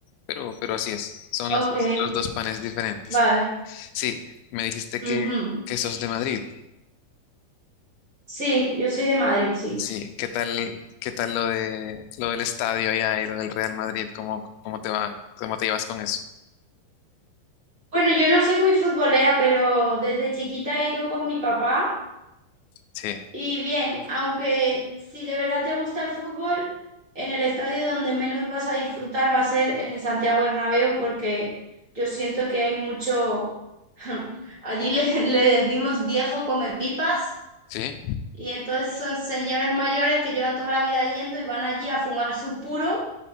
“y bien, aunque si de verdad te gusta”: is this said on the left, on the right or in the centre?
Right